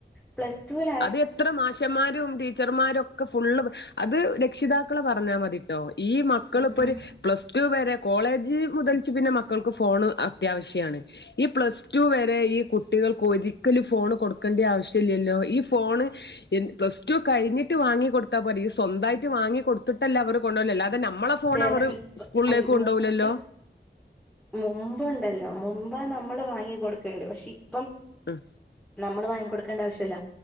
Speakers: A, in the centre; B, on the left.
A: പ്ലസ് ടൂല
B: അത് എത്ര മാഷന്മാരും ടീച്ചർമാരും ഒക്കെ ഫുള്ള് അത് രക്ഷിതാക്കളെ പറഞ്ഞാൽ മതിട്ടോ ഈ മക്കളിപ്പോ
A: എന്റെ
B: ഒരു പ്ലസ് ടു വരെ കോളേജ് മുതൽ പിന്നെ മക്കൾക്ക് ഫോൺ അത്യാവശ്യാണ് ഈ പ്ലസ് ടു വരെ ഈ കുട്ടികൾ ഒരിക്കലും ഫോൺ കൊടുക്കേണ്ട ആവശ്യമില്ലല്ലോ ഈ ഫോണ് ഫോൺ ൻ പ്ലസ് പ്ലസ് ടു കഴിഞ്ഞിട്ട് വാങ്ങി കൊടുത്താൽ പോരെ ഈ സ്വന്തമായിട്ട് വാങ്ങി കൊടുത്തിട്ടല്ലേഅവര് കൊണ്ടോവ്ന്ന് അല്ലാതെ നമ്മളെ ഫോൺ
A: ചെല
B: അവർ
A: ഇപ്പ
B: സ്കൂളിലേക്ക് കൊണ്ടുപോകൂലല്ലോ
A: മുമ്പ്, മുമ്പുണ്ടല്ലോ മമ്പേ നമ്മള് വാങ്ങി കൊടുക്കണ്ട് പക്ഷേ ഇപ്പം
B: ഉം
A: നമ്മൾ വാങ്ങി കൊടുക്കേണ്ട ആവശ്യ ട്ടില്ലാ